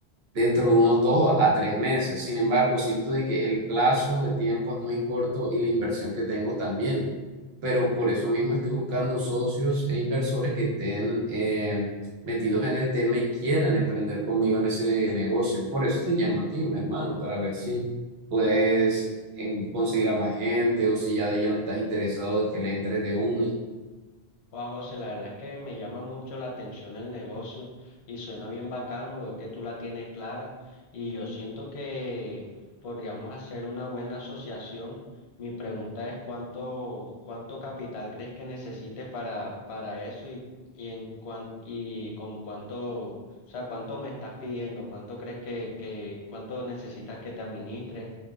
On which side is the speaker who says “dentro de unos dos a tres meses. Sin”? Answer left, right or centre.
Right